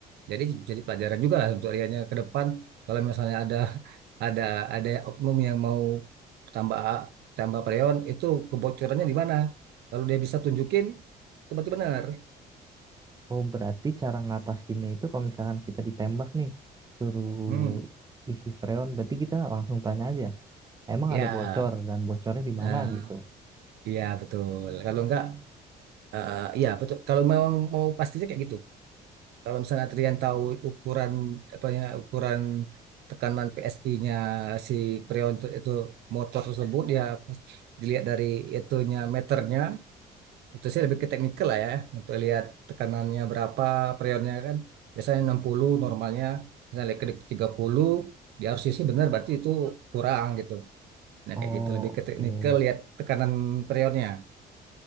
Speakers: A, on the right; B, on the right.
A: jadi jadi pelajaran juga lah untuk Riannya ke depan kalau misalnya ada <laughs> ada ada oknum yang mau tambah tambah freon itu kebocorannya di mana lalu dia bisa tunjukin itu berarti benar
B: Oh, berarti cara ngatasinnya itu kalau misalkan kita ditembak nih, suruh
A: hmm.
B: isi freon, berarti kita langsung tanya aja, emang
A: ya
B: ada bocor dan bocornya di
A: Ah,
B: mana gitu.
A: iya betul. Kalau enggak, eh, iya betul. Kalau memang mau pastinya kayak gitu. Kalau misalnya Trian tahu ukuran apa ya ukuran tekanan PSI-nya si Prion itu, itu motor tersebut ya pas dilihat dari itunya meternya itu sih lebih ke teknikal lah ya untuk lihat tekanannya berapa Prionnya kan biasanya 60 normalnya misalnya ke 30 dia harus isi benar berarti itu kurang gitu. Nah
B: Oh,
A: kayak gitu lebih ke teknikal
B: oke.
A: lihat tekanan Prionnya.